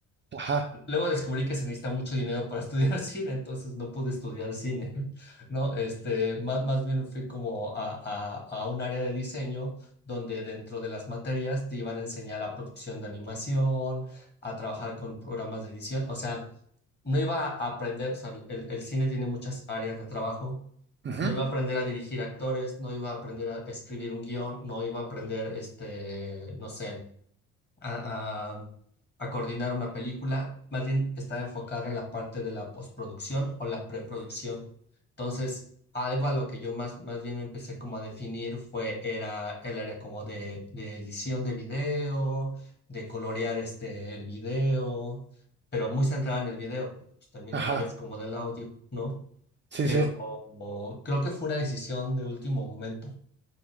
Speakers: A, on the right (about 30°); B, on the left (about 25°).
A: ajá,
B: Luego descubrí que se necesita mucho dinero para <laughs> estudiar cine, entonces no pude estudiar cine, <laughs> ¿no? Este, más, más bien fui como a, a, a un área de diseño donde dentro de las materias te iban a enseñar a producción de animación, a trabajar con programas de edición. O sea, no iba a aprender, o sea, el el cine tiene muchas áreas de trabajo
A: ujú,
B: no iba a aprender a dirigir actores, no iba a aprender a escribir un guión, no iba a aprender, este, no sé, a, a- a coordinar una película. Más bien estaba enfocada en la parte de la postproducción o la preproducción. Entonces, algo a lo que yo más, más bien me empecé como a definir fue, era el área como de, de edición de video, de colorear este, el video, pero muy centrada en el video, porque pues, también
A: ajá,
B: hay áreas como del audio, ¿no?
A: sí,
B: pero
A: sí,
B: o- creo que fue una decisión de último momento.